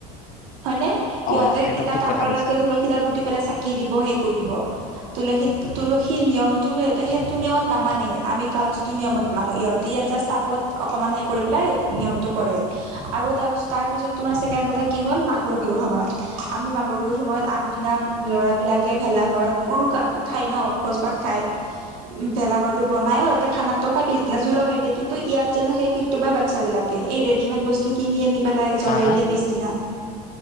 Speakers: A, on the right (about 80°); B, on the left (about 45°).
A: হয়নে? ইহঁতে
B: অ একদম
A: এটা
B: ঠিক
A: টাবৰ
B: কথা কৈছা
A: তাতে তুলসী দাল পুতি পেলাই চাকি কি দিব সেই কৰিব তুলসী তুলসী নিয়মটো সিহঁতে সেইটো নিয়মত নামানেই, আমি গাঁৱত যিটো নিয়মত মানো। ইহতি ইয়াত জাষ্ট টাবত অকমান হেৰি কৰি পেলাই নিয়মটো কৰে। আৰু তাৰপিছ- তাৰপিছত তোমাৰ ছেকেণ্ড কথা কি হ'ল মাঘৰ বিহুৰ সময়ত আমি মাঘৰ বিহুুৰ সময়ত আগদিনা ল'ৰাবিলাকে ভেলা ঘৰত উৰুকা খাই ন, ভোজ ভাত খাই উম, ভেলাঘৰটো বনাইও সিহঁতে খানাটো খাই পিছদিনা জুই লগাই দিয়ে, কিন্তু ইয়াত জানো সেই ফিল্ডটো পায় বাচ্ছাবিলাকে কে ৰেডিমেড বস্তু কিনি আনি পেলাই জ্বলাই
B: হা হা
A: দিয়ে পিছদিনা।